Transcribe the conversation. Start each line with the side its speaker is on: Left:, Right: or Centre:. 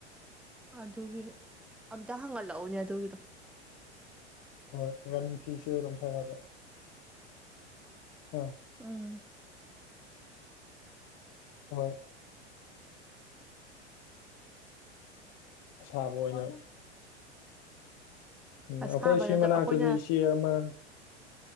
Centre: ꯑꯗꯨꯒꯤ ꯑꯝꯇ ꯍꯪꯍꯠꯂꯛꯎꯅꯦ ꯑꯗꯨꯒꯤꯗꯣ
Left: ꯍꯣꯏ ꯔꯥꯅꯤ ꯐꯤꯁꯦ ꯑꯣꯏꯔꯣꯝ ꯁꯥꯏ ꯍꯥꯏꯕ ꯍꯥ
Centre: ꯎꯝ
Left: ꯍꯣꯏ ꯑꯁꯥꯕ ꯑꯣꯏꯅ ꯎꯝ
Centre: ꯑꯁꯥꯕ
Left: ꯑꯈꯣꯏ ꯁꯤ
Centre: ꯅꯠꯇꯕ
Left: ꯃꯅꯥꯛꯇꯁꯨ
Centre: ꯑꯩꯈꯣꯏꯅ
Left: ꯏꯆꯦ ꯑꯃ